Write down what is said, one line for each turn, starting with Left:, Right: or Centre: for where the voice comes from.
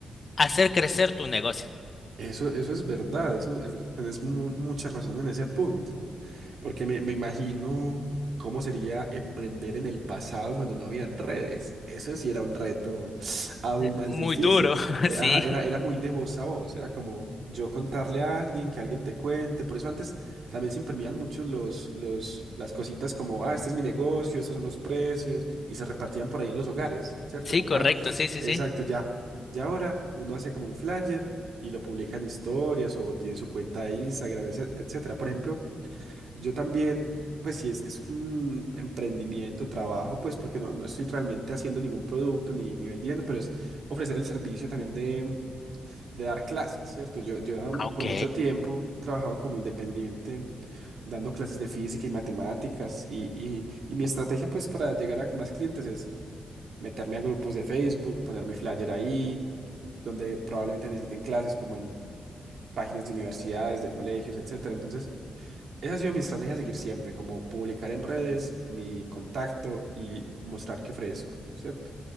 Left: hacer crecer tu negocio.
Right: Eso, eso es verdad, eso, eso- tenés mu- mucha razón en ese punto. Porque me, me imagino cómo sería emprender en el pasado cuando no habían redes. Eso sí era un reto <sniffs> aún
Left: Eh,
Right: más
Left: Muy
Right: difícil.
Left: duro, <laughs>
Right: Eh,
Left: sí.
Right: ajá, era, era muy de voz a voz. Era como yo contarle a alguien, que alguien te cuente. Por eso antes también se imprimían mucho los, los, las cositas como, ah, este es mi negocio, estos son los precios. Y se repartían por ahí en los hogares, ¿cierto?
Left: Sí,
Right: Como,
Left: correcto,
Right: ah,
Left: sí, sí,
Right: exacto,
Left: sí.
Right: ya. Ya ahora uno hace como un flyer y lo publica en historias o tiene su cuenta de Instagram, ese- etcétera. Por ejemplo. Yo también, pues sí, es, es un emprendimiento, trabajo, pues porque no, no estoy realmente haciendo ningún producto ni, ni vendiendo, pero es ofrecer el servicio también de, de dar clases, ¿cierto? Yo, yo he dado
Left: Ah, Ok.
Right: por mucho tiempo he trabajado como independiente, dando clases de física y matemáticas, y, y, y mi estrategia, pues, para llegar a más clientes es meterme a grupos de Facebook, poner mi flyer ahí, donde probablemente necesiten clases como en páginas de universidades, de colegios, etcétera. Entonces, esa ha sido mi estrategia a seguir siempre, como publicar en redes mi contacto y mostrar que ofrezco, ¿cierto?